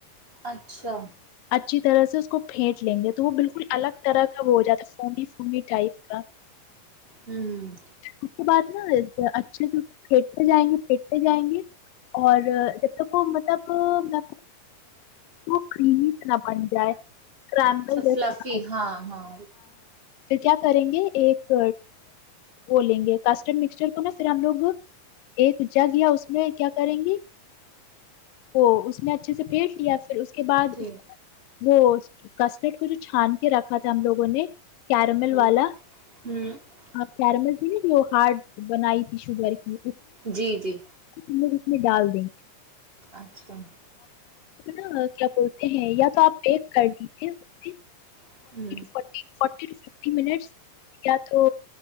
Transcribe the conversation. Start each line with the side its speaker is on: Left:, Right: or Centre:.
Right: اچھا
Left: اچھی طرح سے اس کو پھینٹ لیں گے تو وہ بالکل الگ طرح کا وہ ہو جاتا ہے فنی فو ٹائپ کا
Right: ہوں
Left: اس کے بعد نا اچھے سے پھیٹتے جائیں گے پھیٹتے جائیں گے اور جب تک وہ مطلب میں وہ خریت نہ بن جائے کرمبل
Right: س فلفی
Left: جیسا نہ ہو
Right: ہاں ہاں
Left: پھر کیا کریں گے ایک وہ لیں گے کاسٹرڈ مکسچر کو نا پھر ہم لوگ ایک جگیا اس میں کیا کریں گے وہ اس میں اچھے سے پیٹ لیا پھر کے بعد
Right: جی
Left: اس وہ کسمیٹ کو جو چھان کے رکھا تھا ہم لوگوں نے کیرمل
Right: ہ
Left: والا
Right: ہوں
Left: ہاں کیرمل تھی نا جو ہارڈ بنائی تھی شوگر کی
Right: جی جی
Left: <unintelligible> اس میں ڈال دیں
Right: اچھا
Left: ن کیا بولتے ہیں یا تو آپ بیک کر لیجیے فٹی
Right: ہوں
Left: فٹی فورٹی ف مٹ یا تو